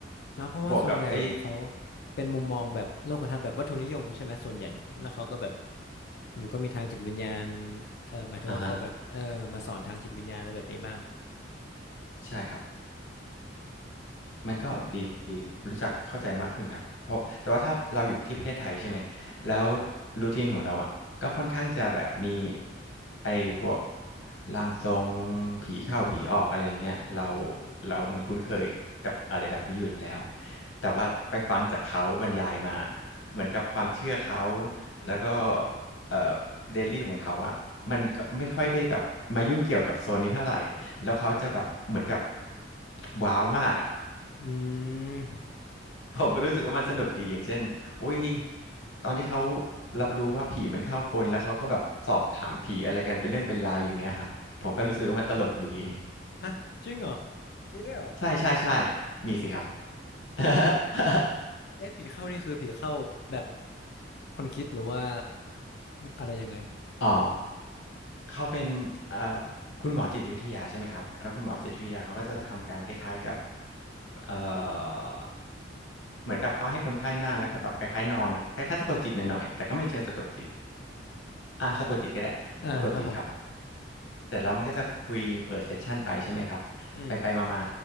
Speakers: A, on the left; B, on the left.
A: แล้วเพราะว่าส่วนใหญ่เขา
B: บวกกับไอ้
A: เป็นมุมมองแบบโลกทัศน์แบบวัตถุนิยมใช่ไหมส่วนใหญ่แล้วเขาก็แบบอยู่ก็มีทางจิตวิญญาณเออหมายถึงว่าเขาแบบเออมาสอนทางจิตวิญญาณอะไรแบบนี้บ้าง
B: อ่าฮะใช่ครับ มันก็ดีรู้จักเข้าใจมากขึ้นครับเพราะแต่ว่าถ้าเราอยู่ที่ประเทศไทยใช่ไหมแล้วรูทีนของเราอ่ะก็ค่อนข้างจะแบบมีไอ้พวกร่างทรงผีเข้าผีออกอะไรอย่างเงี้ยเรา
A: อืมอืมอืม
B: เรามันคุ้นเคยกับอะไรแบบนี้อยู่แล้วแต่ว่าไปฟังจากเขาบรรยายมาเหมือนกับความเชื่อเขาแล้วก็เอ่อเดลี่ของเขาอะมันก็ไม่ค่อยได้แบบมายุ่งเกี่ยวกับโซนนี้เท่าไหร่แล้วเขาจะแบบเหมือนกับว้าวมากอะ
A: อืม
B: <laughs> ผมก็รู้สึกว่ามันสนุกดีอย่างเช่นอุ้ยตอนที่เขารับรู้ว่าผีมันเข้าคนแล้วเขาก็แบบสอบถามผีอะไรกันเป็นเรื่องเป็นราวอย่างเนี้ยครับ ผมก็รู้สึกว่ามันตลกดี
A: ฮะจริงเหรอมีด้วยเหรอ
B: ใช่ใช่ใช่มีสิครับ <laughs>
A: เอ๊ะผีเข้านี่คือผีเข้าแบบคนคิดหรือว่าอะไรยังไง
B: อ๋อเขาเป็นเอ่อคุณหมอจิตวิทยาใช่ไหมครับแล้วคุณหมอจิตวิทยาเขาก็จะทำการคล้ายๆกับเอ่อเหมือนกับเขาให้คนไข้นั่งแล้วก็แบบคล้ายๆนอนอะคล้ายๆสะกดจิตหน่อยๆแต่ก็ไม่เชิงสะกดจิต อ่ะสะกดจิตก็ได้สะกดจิตครับ
A: อ่าครับผม
B: เสร็จแล้วมันก็จะคุยเปิดเซสชันไปใช่ไหมครับไปไปมามา
A: อืม